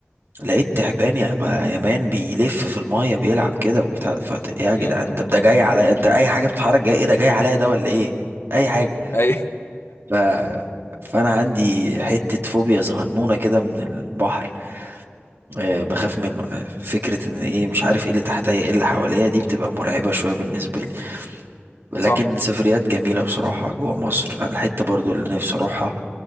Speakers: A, on the right; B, on the left.
A: لقيت تعبان يا ما يا مان بيلف في المية بيلعب كده وبتاع فت- يا جدعان
B: يا
A: انت
B: نهار
A: ده جاي
B: أبيض.
A: عليا انت اي حاجة بتتحرك جاي ايه ده جاي عليا ده ولا ايه اي حاجة
B: اي
A: ف... فانا عندي حتة فوبيا صغنونة كده من البحر أه بخاف منه آه، فكرة ان ايه مش عارف ايه اللي تحتيا ايه اللي حواليا دي بتبقى مرعبة شوية بالنسبة لي
B: <laughs>
A: لكن
B: صح
A: السفريات جميلة بصراحة جوا مصر انا الحتة برضو اللي نفسي اروحها